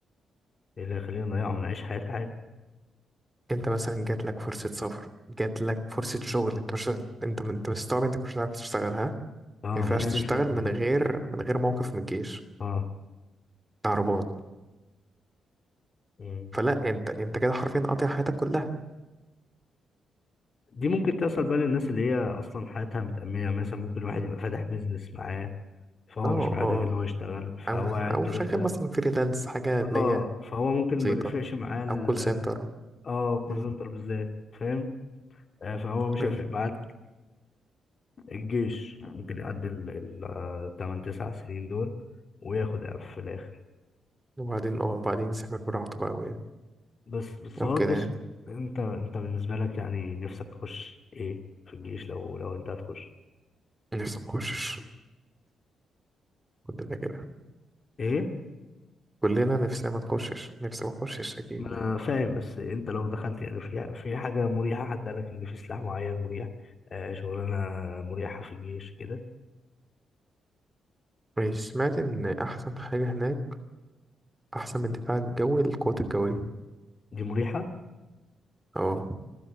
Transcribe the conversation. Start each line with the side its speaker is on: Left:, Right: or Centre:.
Left: إيه اللي هيخليني اضيعهم انا اعيش حياتي عادي
Right: انت مثلا جات لك فرصة سفر جات لك فرصة شغل انت مش انت انت مستوعب انك مش هتعرف تشتغلها ما
Left: اه
Right: ينفعش
Left: ما هي
Right: تشتغل
Left: دي الفكره
Right: من
Left: بقى
Right: غير من غير موقف من الجيش
Left: اه
Right: تعربان
Left: مم.
Right: فلا انت انت كده حرفيا قاطع حياتك كلها
Left: دي ممكن تحصل بقى للناس اللي هي اصلا حياتها متأمنه يعني مثلا ممكن واحد يبقى فاتح بيزنس معاه فهو
Right: اه
Left: مش محتاج
Right: اه
Left: ان هو يشتغل
Right: او
Left: فهو
Right: او
Left: قاعد كده
Right: شغال
Left: كده
Right: مثلا فريلانس حاجه اللي
Left: اه
Right: هي
Left: فهو ممكن
Right: بسيطه
Left: ما يفرقش معاه ال-
Right: او كول سنتر
Left: اه كول
Right: مم.
Left: سنتر بالذات فاهم آه، فهو مش
Right: مم.
Left: هيفرق معاه الجيش ممكن يعدي ال ال- آه، تمن تسع سنين دول وياخد إعفاء في الآخر
Right: وبعدين اه وبعدين يسافر براحته بقى و-
Left: بس بس
Right: او
Left: هو
Right: كده
Left: الجيش
Right: يعني
Left: أنت أنت بالنسبة لك يعني نفسك تخش إيه في الجيش لو لو أنت هتخش
Right: نفسي ما اخشش كلنا كده
Left: إيه؟
Right: كلنا نفسنا ما نخشش نفسي ما اخشش اكيد
Left: ما أنا فاهم بس أنت لو دخلت يعني في في حاجة مريحة حد قالك إن في سلاح معين مريح آه شغلانة مريحة في الجيش كده
Right: ماشي سمعت ان احسن حاجه هناك احسن من الدفاع الجوي القوات الجويه
Left: دي مريحة
Right: اه